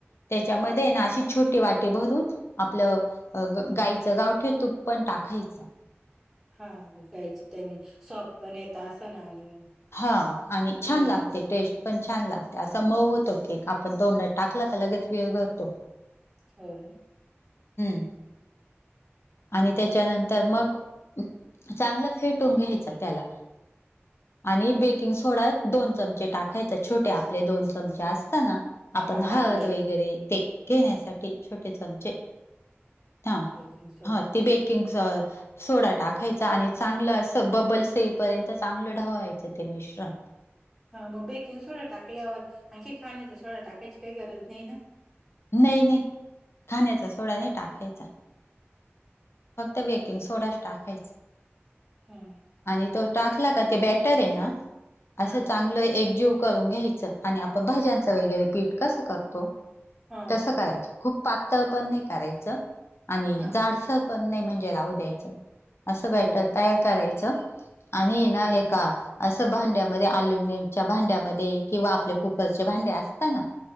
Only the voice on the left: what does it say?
त्याच्यामध्ये
ना अशी- छोटी वाटी भरून आपलं गाईचं गावठी तूप पण टाकायचं.
हां. आणि
छान लागते
टेस्ट पण छान लागते. असा
मऊ होतो के - -क आपण तोंडात टाकला का लगेच विरघळतो.
हम्म. आणि त्याच्यानंतर मग- चांगलं फेटून घ्यायचं त्याला. आणि बेकिंग सोडा दोन चमचे टाकायचा. छोटे आपले दोन चमचे असता ना? आपण
हळद
वगैरे ते घेण्यासाठी छोटे चमचे, हा.
हा ते बेकिंग च सोडा टाकायचा आणि चांगलं अस बबलस येईपर्यंत चांगलं ढावायच ते मिश्रण.
नाही, नाही खाण्याचा सोडा नाही टाकायचा. फक्त बेकिंग सोडाच टाकायच.
आणि तो टाकला का ते बेटर आहे ना
असं चांगलं एकजीव करून घ्यायचं आणि आपण भाज्यांचा वगैरे पीठ कसं करतो.
तस
करायच खूप पातळ पण नाही करायच आणि
जाडसर पण नाही म्हणजे राहू द्यायच अस
बॅटर
तयार करायचं आणि ये
ना एका अस भांड्यामध्ये अल्युमिनियमच्या भांड्यामध्ये किंवा आपल्या कुकरचे भांडे असता ना